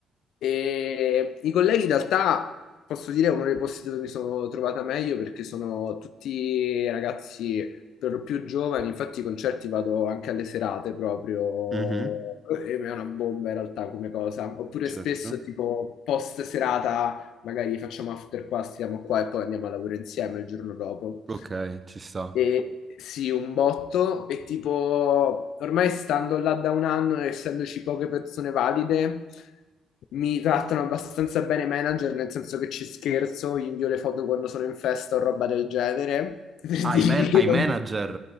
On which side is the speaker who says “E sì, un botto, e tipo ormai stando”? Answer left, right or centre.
Left